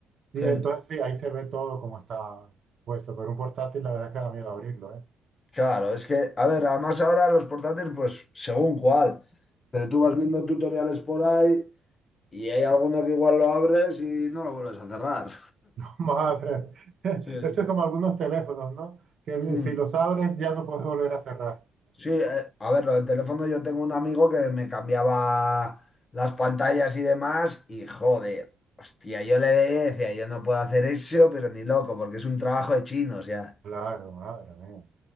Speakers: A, on the right (about 55°); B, on the left (about 35°).
A: Y
B: <laughs>
A: entonces sí, ahí se ve todo como está puesto, pero un portátil la verdad es que da miedo abrirlo, ¿eh?
B: Claro, es que, a ver, además ahora los portátiles, pues según cuál, pero tú vas viendo tutoriales por ahí Y hay alguno que igual lo abres y no lo vuelves a cerrar.
A: Madre, <laughs>
B: Sí,
A: esto
B: sí.
A: es como algunos teléfonos, ¿no? Que ni-
B: Hmm.
A: si los abres ya no puedes volver a cerrar.
B: Sí, eh, a ver, lo del teléfono yo tengo un amigo que me cambiaba las pantallas y demás y joder, hostia, yo le veía y decía, yo no puedo hacer eso, pero ni loco, porque es un trabajo de chinos ya.
A: Claro, madre mía.